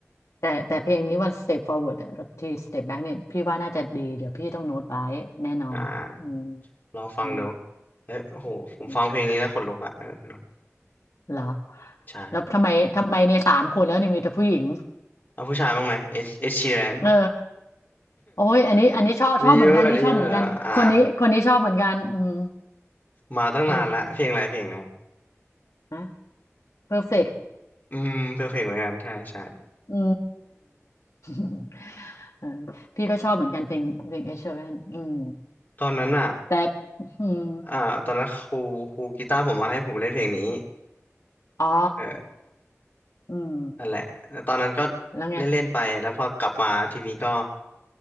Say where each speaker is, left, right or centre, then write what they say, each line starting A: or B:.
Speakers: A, on the left (about 85°); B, on the left (about 35°).
A: แต่แต่เพลงนี้วัน Step Forward อะที่ Step Back เนี่ยพี่ว่าน่าจะดีเดี๋ยวพี่ต้องโน้ตไว้แน่นอนอืม
B: อ่าลองฟังดู
A: อื
B: เอ้ยโอ้โห ผมฟังเพลงนี้แล้วขนลุกอ่ะเออเนอะ
A: ม เหรอ
B: ใช่
A: แล้วทำไมทำไมเนี่ยสามคนแล้วเนี่ยมีแต่ผู้หญิง
B: เอาผู้ชายบ้างไหมเอชเอ <laughs> ชชีแรน
A: เออโอ้ยอันนี้อันนี้ชอบชอบเหมือนกันนี่ชอบเหมือนกันคนนี้คนนี้ชอบเหมือนกันอืม
B: <laughs> นี่เยอะอันนี้เยอะแล้วอ่ามาตั้งนานละ
A: อืม
B: เพลงอะไรเพลงไหน
A: นะเพอร์เฟกต์
B: อืมเพลงเพลงเหมือนกันใช่ใช่
A: อืม <laughs> เออพี่ก็ชอบเหมือนกันเพลงเพลงเอชเชอรนอืม
B: ตอนนั้นอ่ะ
A: แต่อืม
B: อ่าตอนนั้นครูครูกีตาร์ผมมาให้ผมเล่นเพลงนี้
A: อ๋อ
B: เออ
A: อืม
B: นั่นแหละแล้วตอนนั้นก็
A: แล้วไง
B: เล่นเล่นไปแล้วพอกลับมาทีนี้ก็